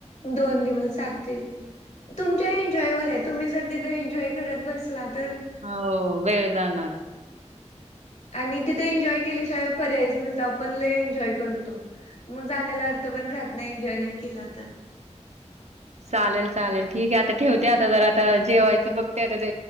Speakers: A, on the left; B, on the right.
A: दोन दिवस जातील तुम ते एनजॉय वरय तुम्ही ज तथे एन्जॉय करत बसलात
B: हव वेळ जाणार
A: आणि तिथे एन्जॉय केल्याशिवाय पर्यायच नाही तर आपण ल एन्जॉय करतो मग जाण्याला अर्थ पण राहत नाही एन्जॉय नाही केला तर
B: चालेल चालेल ठीक आहे आता ठेवते आता जर आता जेवायचं बघते आता